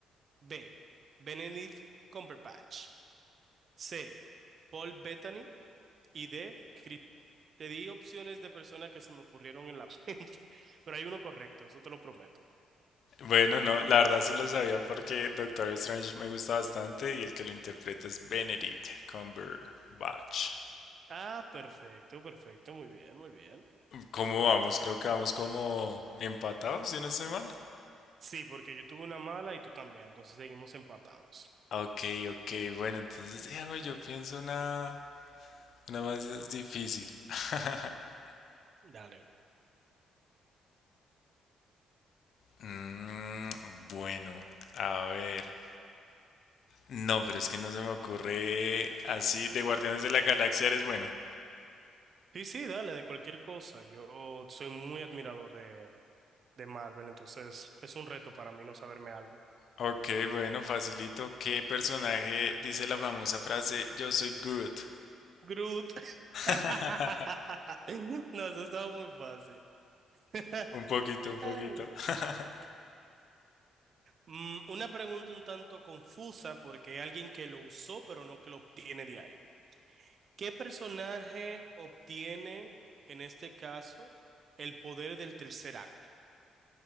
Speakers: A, on the right; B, on the left.
A: B. Benedict Cumberbatch. C. Paul Bettany. Y D. Te di opciones de personas que se me ocurrieron en la <laughs> mente, pero hay uno correcto, eso te lo prometo.
B: Bueno, no, la verdad sí lo sabía porque Doctor Strange me gusta bastante y el que lo interpreta es Benedict Cumberbatch.
A: Ah, perfecto, perfecto, muy bien, muy bien.
B: ¿Cómo vamos? Creo que vamos como empatados, si no estoy mal.
A: Sí, porque yo tuve una mala y tú también, entonces seguimos empatados.
B: Ah, Ok, ok, bueno, entonces déjame, yo pienso una, una más difícil. <laughs>
A: Dale.
B: Mm, bueno, a ver. No, pero es que no se me ocurre así. De Guardianes de la Galaxia eres bueno.
A: Sí, sí, dale, de cualquier cosa. Yo soy muy admirador de, de Marvel, entonces es un reto para mí no saberme algo.
B: Ok, bueno, facilito. ¿Qué personaje dice la famosa frase Yo soy Groot?
A: Groot.
B: <laughs>
A: <laughs> No, eso estaba muy fácil. <laughs>
B: Un poquito, un poquito.
A: Ay.
B: <laughs>
A: Mm, una pregunta un tanto confusa porque hay alguien que lo usó, pero no que lo obtiene de ahí. ¿Qué personaje obtiene, en este caso, el poder del tercer acto?